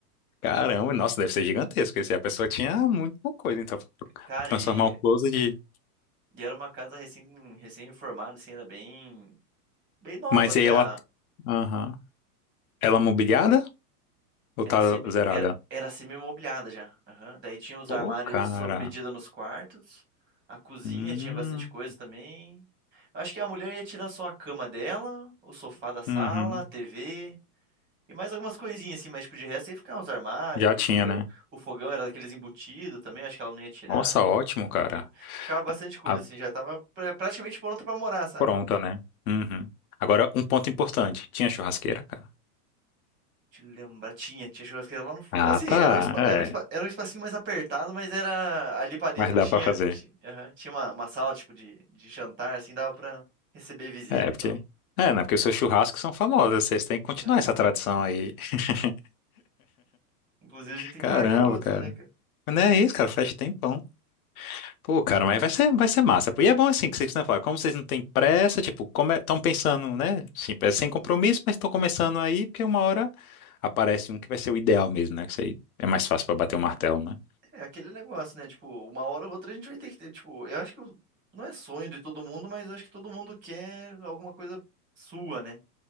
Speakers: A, on the left (about 65°); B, on the right (about 25°).
A: Caramba, nossa, deve ser gigantesco esse. A pessoa tinha muita coisa, então.
B: Cara,
A: Transformar
B: e,
A: um closet de.
B: e era uma casa recém, recém-reformada, assim, era bem. Bem nova
A: Mas
B: até
A: aí ela.
B: a,
A: Aham. Ela mobiliada ou
B: Era
A: tá
B: semi,
A: zerada?
B: era, era semi-mobiliada já. Aham. Daí tinha os
A: Pô,
B: armários
A: cara.
B: sob medida nos quartos. A cozinha
A: Hum.
B: tinha bastante coisa também. Eu Acho que a mulher ia tirar só a cama dela, o sofá da sala,
A: Uhum.
B: a TV e mais algumas coisinhas assim, mas tipo, de resto ia ficar os armários,
A: Já tinha,
B: eh,
A: né?
B: o fogão era daqueles embutidos também, acho que ela não ia tirar.
A: Nossa,
B: e
A: ótimo, cara.
B: fi- Ficava bastante coisa
A: A
B: assim, já tava pra- praticamente pronta pra morar, sabe?
A: pronta, né? Uhum. Agora, um ponto importante. Tinha churrasqueira, cara?
B: Deixa eu lembrar. Tinha, tinha churrasqueira lá no fundo.
A: Ah,
B: Assim,
A: tá.
B: era um, espa-
A: É.
B: era um, espa- era um espacinho mais apertado, mas era ali pra dentro
A: Mas dá
B: tinha,
A: pra fazer.
B: tinha aham, tinha, uma, uma sala tipo de, de jantar, assim, dava pra receber visita
A: É,
B: e
A: porque.
B: tal.
A: É, né? Porque os seus churrascos são famosos. Vocês têm que continuar
B: Ah,
A: essa tradição aí. <laughs>
B: inclusive a gente tem
A: Caramba,
B: que marcar outro,
A: cara.
B: né, cara?
A: Mas Não é isso, cara, faz tempão. Pô, cara, mas vai ser, vai ser massa. pô. E é bom assim que vocês não falam, como vocês não têm pressa, tipo, estão pensando, né? Sim, é sem compromisso,
B: Uhum.
A: mas estão começando aí, porque uma hora aparece um que vai ser o ideal mesmo, né? Que isso aí é mais fácil pra bater o martelo, né?
B: É aquele negócio, né? Tipo, uma hora ou outra a gente vai ter que ter, tipo, eu acho que o- não é sonho de todo mundo, mas eu acho que todo mundo quer alguma coisa sua, né?